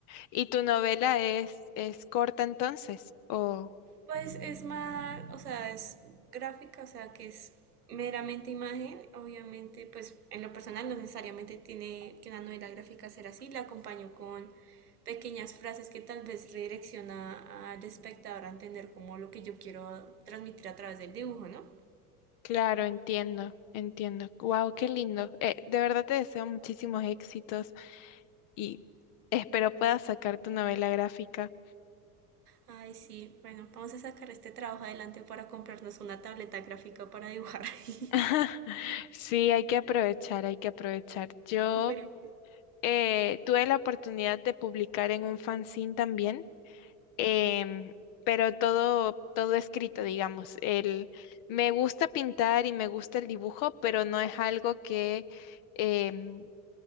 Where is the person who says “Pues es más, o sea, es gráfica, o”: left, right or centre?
Right